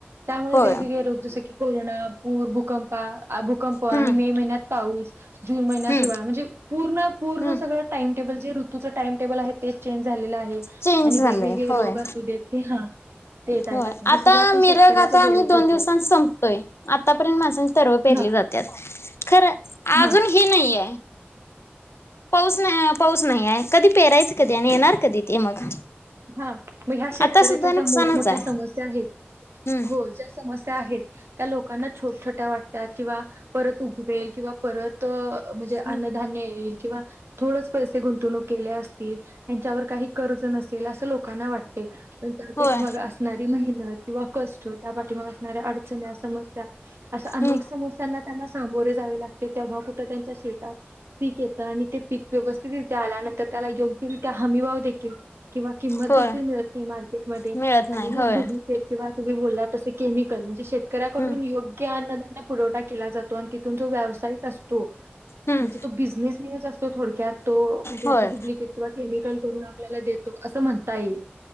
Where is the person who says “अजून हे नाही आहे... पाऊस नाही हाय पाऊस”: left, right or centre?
Left